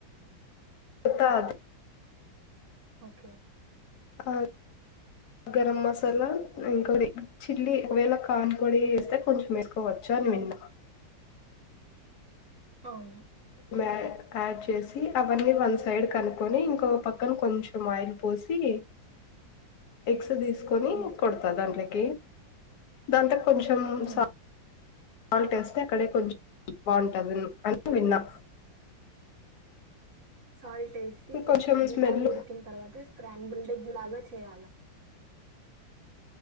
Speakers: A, on the left; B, on the right.
A: కద్
B: ఓకే
A: ఆవ్ గరం మసాలా ఇంకోటి చిల్లీ ఒకవేళ కార్న పొడి వేస్తే కొంచెం వేసుకోవచ్చు అని విన్నా.
B: అవును
A: ఆడ్ ఆడ్ చేసి అవన్నీ వన్ సైడ్ కి అనుకొని ఇంకో పక్కన కొంచం ఆయిల్ పోసి ఎగ్స్ తీసుకొని
B: హ్మ్
A: కొడతా దాంట్లాకి. దాంట్లాక్ కొంచెం
B: హ్మ్
A: సా సాల్ట్ వేస్తే అక్కడే కొంచెం బాగుంటది అని విన్నా
B: సాల్ట్ వేసి
A: కొంచెం
B: అది
A: స్మెల్
B: బాగా ఉడికిన తర్వాత స్క్రా అన్ బుల్డేగ్ లాగా చేయాలా